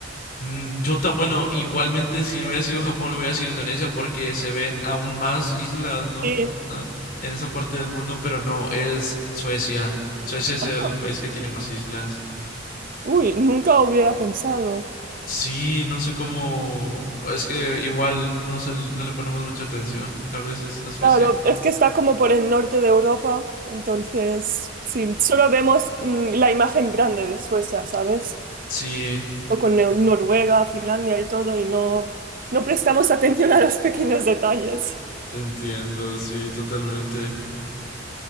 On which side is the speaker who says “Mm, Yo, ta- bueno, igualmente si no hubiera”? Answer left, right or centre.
Left